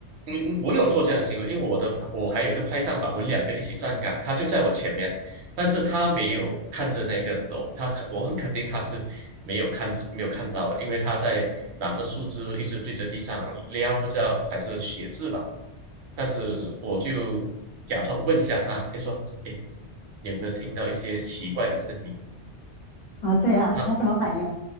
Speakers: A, on the right; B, on the left.
A: 嗯嗯，我有做这样的行为，因为我的我还有一个拍档吧，我们两个一起站岗，他就在我前面，但是他没有看着那个楼，他我很肯定他是没有看着没有看到的，因为他在拿着树枝一直对着地上撩，不知道还是写字吧，但是我就假装问一下他，就说，哎，你有没有听到一些奇怪的声音？
B: 啊，对呀，
A: 他
B: 他什么反应？